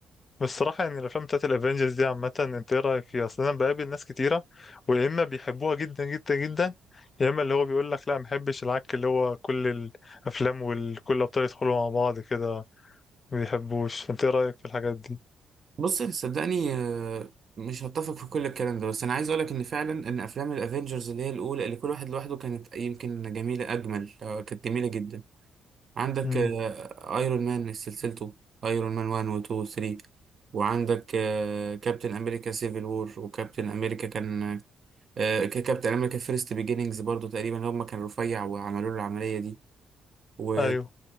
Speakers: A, on the left; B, on the right.
A: بس الصراحه يعني الافلام بتاعت الافينجرز دي عامه انت ايه رايك فيها اصلا انا بقابل ناس كتيره ويا اما بيحبوها جدا جدا جدا يا اما اللي هو بيقول لك لا ما بحبش العك اللي هو كل الافلام وكل الابطال يدخلوا مع بعض كده ما بيحبوش فانت ايه رأيك في الحاجات دي
B: بص صدقني آه، مش هتفق في كل الكلام ده بس انا عايز اقولك ان فعلا ان افلام الافينجرز اللي هي الاولى اللي كل واحد لوحده كانت يمكن جميله اجمل آه، كانت جميله جدا عندك
A: امم
B: ايرون مان سلسلته ايرون مان 1 و 2 و 3 وعندك كابتن امريكا سيفل وور وكابتن امريكا كان آه، ك- كابتن امريكا فيرست بيجينينجز برضو تقريبا هم كان رفيع وعملوا له العمليه دي و...
A: ايوه